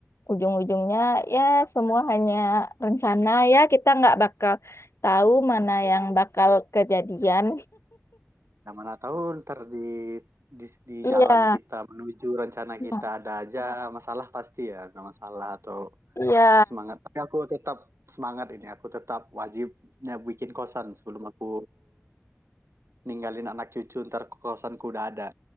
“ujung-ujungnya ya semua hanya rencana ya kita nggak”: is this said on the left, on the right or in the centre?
Left